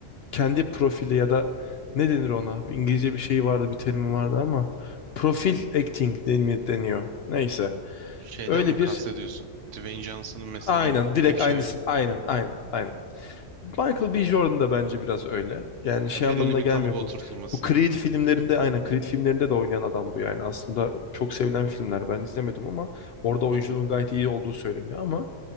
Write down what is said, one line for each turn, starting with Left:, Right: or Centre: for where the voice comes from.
Left: kendi profili ya da ne denir ona? Bir İngilizce bir şey vardı, bir terim vardı ama profil acting deni- deniyor. Neyse.
Right: Şeyden
Left: Öyle
Right: mi
Left: bir
Right: kastediyorsun? Dwayne Johnson'ın mesela
Left: aynen
Right: hep
Left: direkt
Right: şey
Left: aynısın.
Right: oyunu.
Left: Aynen, aynen, aynen. Michael B. Jordan da bence biraz öyle. Yani
Right: Ya
Left: şey anlamına
Right: belirli bir
Left: gelmiyor
Right: kalıba oturtulması
Left: bu. Bu Creed
Right: yani.
Left: filmlerinde aynen Creed filmlerinde de oynayan adam bu yani. Aslında çok sevilen filmler. Ben izlemedim ama orada oyunculuğun
Right: Hı hı.
Left: gayet iyi olduğu söyleniyor ama